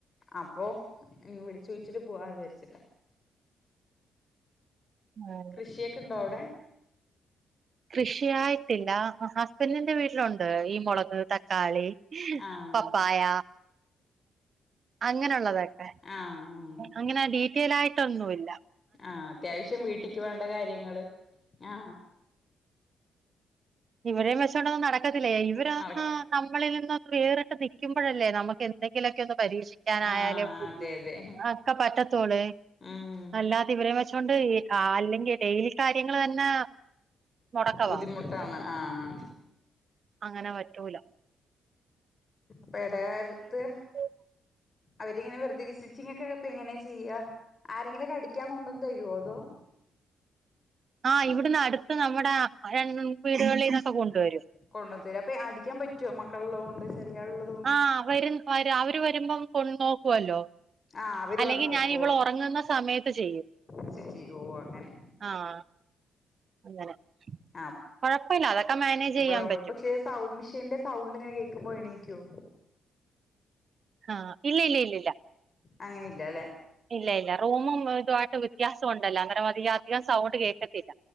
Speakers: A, on the left; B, on the right.
A: അപ്പൊ ഇങ് വിളിച്ചു ചോദിച്ചിട്ട് പോവാ വിചാരിച്ചിട്ട്
B: ആഹ്
A: കൃഷിയൊക്കെ ണ്ടോ അവിടെ
B: കൃഷിയായിട്ടില്ല ഹസ്ബൻഡന്റെ വീട്ടിലുണ്ട് ഈ മുളക് തക്കാളി
A: ആഹ്
B: പപ്പായ അങ്ങനെയുള്ളതൊക്കെ
A: ആഹ് ആഹ്
B: അങ്ങനെ ഡീറ്റെയിലായിട്ടൊന്നുമില്ല
A: ആ അത്യാവശ്യം വീട്ടിക്ക് വേണ്ട കാര്യങ്ങള് ആ
B: ഇവിരേയും വെച്ചോണ്ട് ഒന്നും നടക്കത്തില്ലേ ഇവരന്ന്
A: നടക്ക്
B: നമ്മളിൽ നിന്നൊന്ന് വേറിട്ട് നിക്കുമ്പോഴല്ലേ നമുക്കെന്തെങ്കിലുമൊക്കെ ഒന്ന് പരീക്ഷിക്ക നായാലും
A: ആഹ് അതെ അതെ
B: അക്കെ പറ്റത്തൊളെ
A: ഉം
B: അല്ലാ വിവരം വെച്ചോണ്ട് അല്ലെങ്കിൽ ഡെയിലി കാര്യങ്ങൾ തന്നെ മുടക്കവാ
A: ബുദ്ധിമുട്ടാണ് ആഹ്
B: അങ്ങനെ പറ്റൂല
A: ട കാലത്ത്
B: <inaudible>
A: അവരിങ്ങനെ വെറുതെ സ്റ്റിച്ചിങ്ങ് ക്കെ ഇപ്പ ഇങ്ങനെ ചെയ്യാ ആരെങ്കിലൊക്കെ അടിക്കാ കൊണ്ടുവന്ന് തരുവോ അതോ
B: ആഹ് ഇവിടുന്നടുത്ത് നമ്മടെ വീടുകളീന്നൊക്കെ കൊണ്ടുവരും
A: കൊണ്ടുതരും അപ്പൊയി അടിക്കാൻ പറ്റോ മക്കളുള്ളൊണ്ട് ചെറിയാളുള്ളതു
B: ആഹ് അവര് വര് അവര് വരുമ്പം കൊ നോക്കുവല്ലോ
A: ആ അവര്
B: അല്ലെങ്കി
A: വന്ന് നോക്കുവോ
B: ഞാ ഇവളൊറങ്ങുന്ന സമയത്ത് ചെയ്യും
A: സ്റ്റിച്ച് ചെയ്യുവോ? ഓ അങ്ങനെ
B: ആഹ് അങ്ങനെ
A: ആ
B: കൊഴപ്പല്ല അതൊക്കെ മാനേജെയ്യാൻ
A: മ്പഴാവുമ്പോ
B: പറ്റും
A: പക്ഷെ സൗണ്ട് മെഷീന്റെ സൗണ്ട്ങ്ങനെ കേക്കുമ്പോ എണീക്കോ
B: ആഹ് ഇല്ലില്ലില്ലില്ല
A: അങ്ങനില്ലല്ലെ
B: ഇല്ല ഇല്ല റൂമും ഇതുവായിട്ട് വ്യത്യാസവൊണ്ടല്ലോ അന്നേരം അതി അധികം സൗണ്ട് കേക്കത്തില്ല